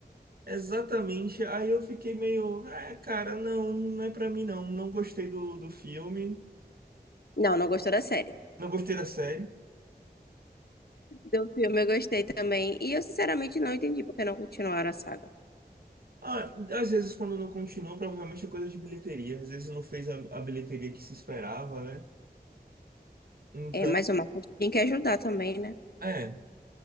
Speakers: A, on the right (about 65°); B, on the left (about 70°).
A: Exatamente. Aí eu fiquei meio, é, cara, não, não é pra mim não. Não gostei do, do filme,
B: Não, não gostou da série.
A: não gostei da série.
B: Do filme eu gostei também. E eu, sinceramente, não entendi porque não continuaram a saga.
A: Ah, às vezes quando não continuou, provavelmente é coisa de bilheteria. Às vezes não fez a, a bilheteria que se esperava, né? Então,
B: É, mas o Marcos tem que ajudar também, né?
A: é.